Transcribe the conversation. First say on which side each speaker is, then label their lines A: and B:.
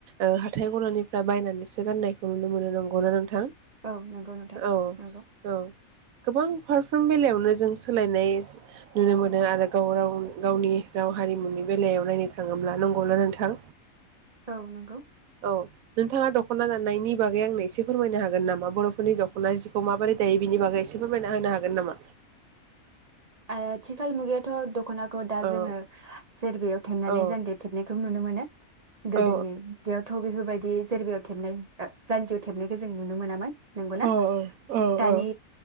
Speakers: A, on the right; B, on the right.
A: ओ हाथाय गलानिफ्राय बायनानैसो गाननायखौ नुनो मोनो नंगौना नोंथां?
B: औ नंगौ नोंथां।
A: औ
B: नंगौ
A: औ । गोबां फारफ्रोम बेलायावनो जों सोलायनाय नुनो मोनो आरो गाव राव गावनि राव हारिमुनि बेलायाव नायनो थाङोब्ला नंगौना नोंथां?
B: औ नोंगौ ।
A: अ नोंथाङा दख'ना दाननायनि बागै आंनो एसे फोरमायनो हागोन नामा बर'फोरनि दख'ना जि खौ माबोरै दायो बिनि बागै एसे फोरमायना होनो हागोन नामा?
B: आथिखाल मुगायाथ' दख'ना <unintelligible> दा
A: औ
B: जोङो जेरबायाव थेबनानै
A: औ
B: जानजियाव थेबनायखौ नुनो मोनो । गोदोनि
A: औ
B: बेयावथ' बेफोरबाय दि जेरबायाव थेबनाय <unintelligible> जानजियाव थेबनायखौ जों नुनो मोनामोन । नंगौना
A: औ औ
B: दानि
A: औ